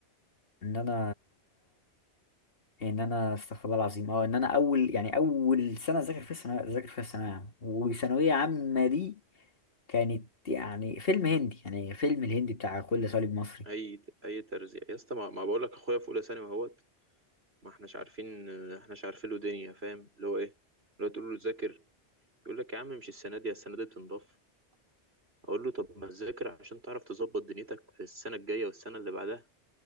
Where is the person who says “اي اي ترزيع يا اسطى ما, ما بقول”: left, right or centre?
Right